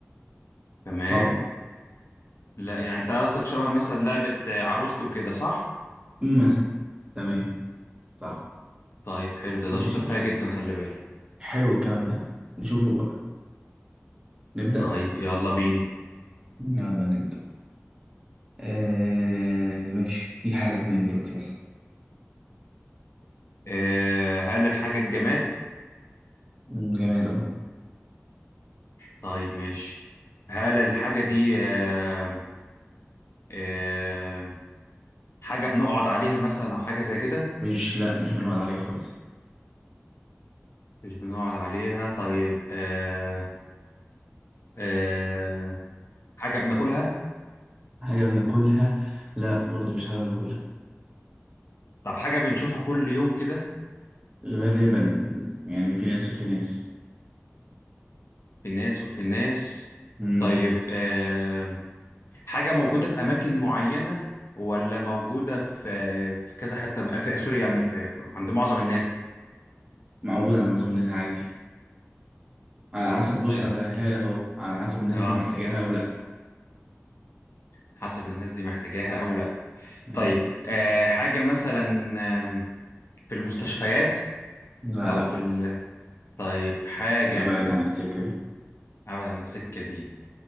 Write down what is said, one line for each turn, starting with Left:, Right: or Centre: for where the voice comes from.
Left: تمام
Right: صعبة
Left: لا يعني انت قصدك شبه مثلا لعبه آه، عروستي وكده صح
Right: مثلا تمام صح
Left: طيب حلو ده ده أنا
Right: ماشي
Left: شاطر فيها جدا خلي بالك
Right: حلو الكلام ده نشوفه بقى نبدأ
Left: طيب يلا بينا
Right: يلا نبدأ آه ماشي في حاجة في دماغي دلوقتي يلا
Left: آه هل الحاجه دي جماد
Right: مم، جماد اهو
Left: طيب ماشي هل الحاجه دي آه آه حاجه بنقعد عليها مثلا او حاجه زي كده
Right: مش لا مش بنقعد عليها خالص
Left: مش بنقعد عليها طيب آه آه حاجه بناكلها
Right: حاجة بناكلها لا برضو مش حاجة بناكلها
Left: طب حاجه بنشوفها كل يوم كده
Right: غالبا يعني في ناس وفي ناس
Left: في ناس وفي ناس
Right: امم
Left: طيب آه حاجة موجودة في أماكن معينة ولا موجودة في في كذا حتة في سوري يعني في في- عند معظم الناس
Right: موجود عند معظم الناس عادي على حسب بص
Left: طيب
Right: هسهلها لك اهو على حسب الناس
Left: اه
Right: دي محتاجاها او لا
Left: حسب الناس دي محتاجاها أو لا طيب
Right: ايوه
Left: آه حاجة مثلا آم، في المستشفيات
Right: لا
Left: أو
Right: لا
Left: في ال... طيب حاجة
Right: هي بعيد عن السكة دي
Left: أبعد عن السكة دي